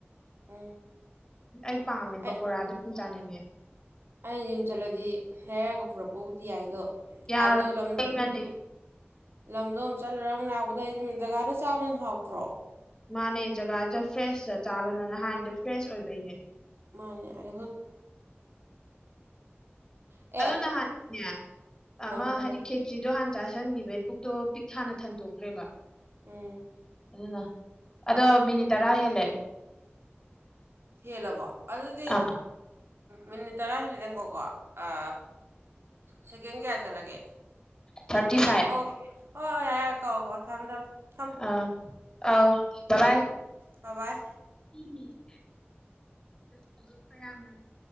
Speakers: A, on the right; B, on the left.
A: ꯎꯝ
B: ꯑꯩ ꯄꯥꯝꯃꯦ ꯄꯀꯣꯔꯥ
A: ꯑꯩ
B: ꯑꯗꯨ ꯁꯨꯝ ꯆꯥꯅꯤꯡꯉꯦ
A: ꯑꯩꯅ ꯌꯨꯝ ꯆꯠꯂꯗꯤ ꯂꯩꯔꯛꯒ ꯄꯨꯔꯛꯄꯕꯨꯗꯤ ꯌꯥꯏ ꯑꯗꯣ
B: ꯌꯥꯔꯣꯏ
A: ꯑꯗꯣ ꯂꯝꯗꯣ
B: ꯊꯦꯡꯉꯅꯤ
A: ꯂꯝꯗꯣ ꯑꯃꯨ ꯆꯠꯂꯒ ꯑꯃꯨꯛ ꯂꯥꯛꯄꯗꯣ ꯑꯩꯁꯨ ꯖꯒꯥꯗꯣ ꯆꯥꯕꯅꯍꯦꯟ ꯍꯥꯎꯗ꯭ꯔꯣ
B: ꯃꯥꯅꯦ ꯖꯒꯥꯗꯨꯗ ꯐ꯭ꯔꯦꯁꯇ ꯆꯥꯕꯅ ꯅꯍꯥꯟꯗ ꯐ꯭ꯔꯦꯁ ꯑꯣꯏꯕꯩꯅꯦ
A: ꯃꯥꯅꯦ ꯑꯗ <unintelligible>
B: ꯑꯗꯨ ꯅꯍꯥꯟꯅꯦ ꯑꯃ
A: ꯍꯥꯏꯔꯛꯑꯣ
B: ꯍꯥꯏꯗꯤ ꯆꯤꯗꯣ ꯍꯥꯟꯅ ꯆꯥꯥꯁꯟꯈꯤꯕꯩ ꯄꯨꯛꯇꯣ ꯄꯤꯛ ꯊꯥꯅ ꯊꯟꯗꯣꯛꯈ꯭ꯔꯦꯕ
A: ꯎꯝ
B: ꯑꯗꯨꯅ ꯑꯗꯣ ꯃꯤꯅꯤꯠ ꯇꯔꯥ ꯍꯦꯜꯂꯦ
A: ꯍꯦꯜꯂꯕꯣ ꯑꯗꯨꯗꯤ
B: ꯑꯥ
A: ꯃꯤꯅꯤꯠ ꯇꯔꯥ ꯍꯦꯜꯂꯤꯗꯪꯀꯣꯀꯣ ꯑꯥ ꯁꯦꯀꯦꯟ ꯀꯌꯥ ꯆꯠꯂꯒꯦ
B: ꯊꯥꯔꯇꯤ ꯐꯥꯏꯚ
A: ꯑꯣ ꯍꯣꯏ ꯍꯣꯏ ꯌꯥꯏꯔꯦꯌꯥ ꯀꯣ ꯀꯣ ꯊꯝꯃꯦ ꯊꯝ
B: ꯑꯥ ꯑꯧ ꯕꯕꯥꯏ
A: ꯕꯥꯏ ꯕꯥꯏ
B: <unintelligible>